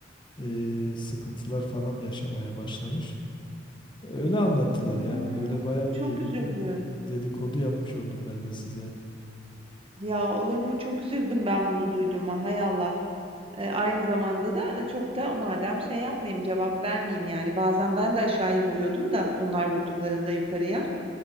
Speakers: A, on the left; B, on the right.
A: e, sıkıntılar falan yaşamaya başlamış. Öyle anlattılar
B: hı.
A: yani böyle baya bir
B: Çok
A: e,
B: üzüldüm.
A: dedikodu yapmış oldum ben de size.
B: Ya olur mu? Çok üzüldüm ben bunu duyduğuma. Hay Allah. Eee, aynı zamanda da çok da madem şey yapmayayım, cevap vermeyeyim yani. Bazen ben de aşağıya vuruyordum da onlar vurduklarında yukarıya.